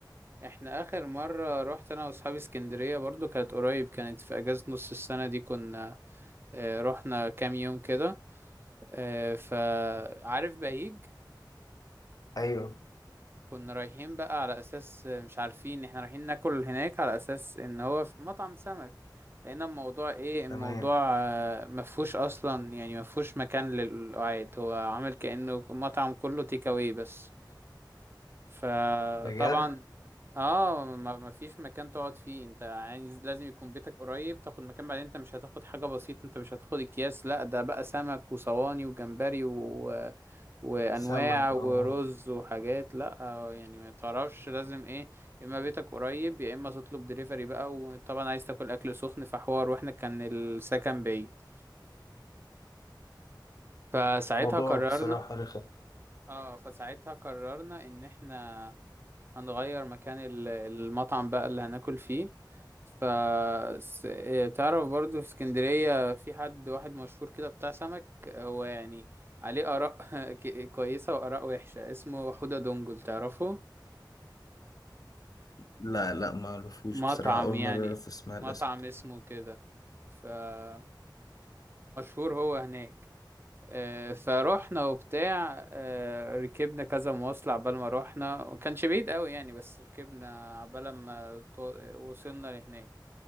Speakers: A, on the right (about 30°); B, on the left (about 50°).
A: احنا اخر مرة رحت انا واصحابي اسكندرية برضو كانت قريب كانت في اجازة نص السنة دي كنا آه، رحنا كام يوم كده آه، فعارف بهيج
B: ايوه
A: كنا رايحين بقى على اساس آه، مش عارفين احنا رايحين ناكل هناك على اساس ان هو في مطعم سمك لقينا الموضوع ايه الموضوع
B: تمام
A: آه، مفهوش اصلا يعني مفهوش مكان للقعاد هو عامل كأنه مطعم كله تيك اواي بس فطبعا
B: بجد
A: اه ما ما فيش مكان تقعد فيه انت عايز لازم يكون بيتك قريب تاخد مكان بعدين انت مش هتاخد حاجة بسيطة انت مش هتاخد اكياس لا ده بقى سمك وصواني وجمبري و... وانواع
B: سمك
A: ورز
B: اه
A: وحاجات لا يعني ما تعرفش لازم ايه يا اما بيتك قريب يا اما تطلب دليفري بقى وطبعا عايز تاكل اكل سخن فحوار واحنا كان السكن بعيد فساعتها
B: موضوع
A: قررنا
B: بصراحة رخم
A: اه فساعتها قررنا ان احنا هنغير مكان ال- المطعم بقى اللي هناكل فيه ف س- إيه، تعرف برضو في اسكندرية في حد واحد مشهور كده بتاع سمك هو يعني عليه آراء <laughs> ك- كويسة وآراء وحشة اسمه حودة دونجل تعرفه
B: لا لا ما اعرفوش
A: مطعم
B: بصراحة اول
A: يعني
B: مرة اعرف اسمع الاسم
A: مطعم اسمه كده فمشهور هو هناك آه، فروحنا وبتاع آه، ركبنا كذا مواصلة عبال ما روحنا وكانش بعيد قوي يعني بس ركبنا عبال ما تو- وصلنا لهناك